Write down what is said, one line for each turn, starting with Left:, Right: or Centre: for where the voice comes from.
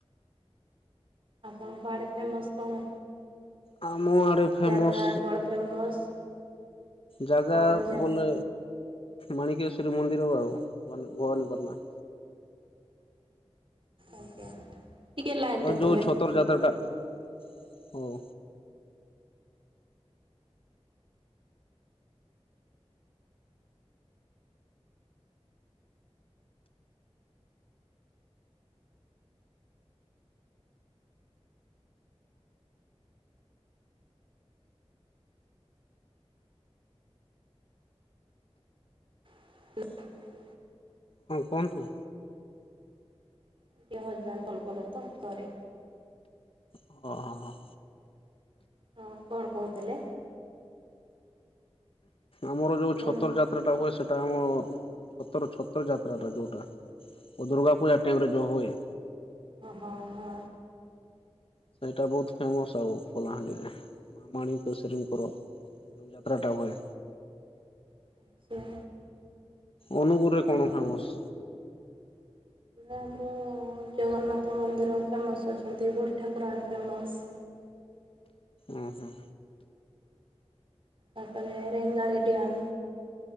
Right: ଆପଣଙ୍କ ଆଡେ ଫେମସ କଣ?
Left: ଆମ ଆଡେ
Right: ମାନେ
Left: ଫେମସ
Right: ଜାଗା କଣ ଫେମସ୍।
Left: ଜାଗା
Right: କଣ ଯା
Left: ବୋଲେ ମାଣିକେଶ୍ୱରୀ ମନ୍ଦିର ଆଉ ଭବାନୀ ଭବାନୀପାଟଣା।
Right: ଆଜ୍ଞା। ଟିକେ ଲାଇନରେ
Left: ଆଉ ଯୋଉ
Right: ଥିବେ।
Left: ଛତର ଯାତ୍ର ଟା ହଉ
Right: <unintelligible>
Left: ହଁ କୁଅନ୍ତୁ।
Right: ଟିକେ ହଜବ୍ୟାଣ୍ଡ କଲ କଲେତ ସରି।
Left: ଅହୋ।
Right: ହଁ କଣ କହୁଥିଲେ?
Left: ଆମର ଯୋଉ
Right: କଣ
Left: ଛତର ଜାତ ଯାତ୍ରା ଟା ହୁଏ। ସେଟା ଆମ ଛତର ଛତର ଯାତ୍ରାଟା ଯୋଉଟା। ଓ ଦୁର୍ଗାପୂଜା ଟାଇମରେ ଯୋଉ ହୁଏ।
Right: ଅ ହଁ ହଁ।
Left: ସେଇଟା ବହୁତ ଫେମସ୍ ଆଉ କଲାହାଣ୍ଡିରେ ମା ମାଣୀକେଶ୍ଵରୀଙ୍କର। ଯେଉ ଯାତ୍ରା ଟା ହୁଏ।
Right: ଆଚ୍ଛା।
Left: ଅନୁଗୁରେ
Right: ହଁ।
Left: କଣ ଫେମସ?
Right: ଏନେ ଆମର ଜଗନ୍ନାଥ ମନ୍ଦିର ଫେମସ୍ ଅଛନ୍ତି। ବୁଢ଼ୀ ଠାକୁରାଣୀ ଫେମସ୍।
Left: ଉଁ ହୁଁ।
Right: ତାପରେ ରେଙ୍ଗାଲି ଡ୍ୟାମ୍।